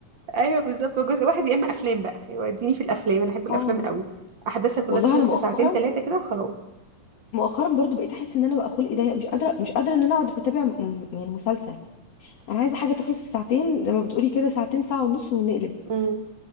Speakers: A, on the right; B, on the left.
A: ايوه بالظبط هو جزء واحد يا اما افلام بقى يوديني في الافلام انا احب الافلام
B: اه
A: قوي احداثها كلها
B: والله
A: تخلص
B: انا مؤخرا
A: في ساعتين ثلاثه كده وخلاص
B: مؤخرا برضو بقيت احس ان انا بقى خلقي ضيق مش قادره مش قادره ان انا اقعد اتابع م- يعني مسلسل انا عايزه حاجه تخلص في ساعتين زي ما بتقولي كده ساعتين ساعه ونص ونقلب
A: امم